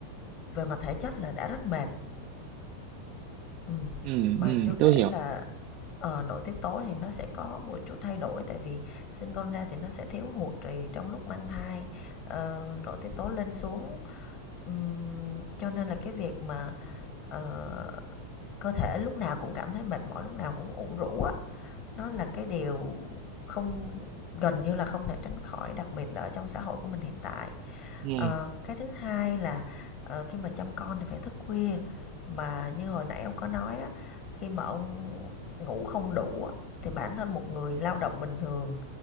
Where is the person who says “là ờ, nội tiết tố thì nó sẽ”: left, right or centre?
Left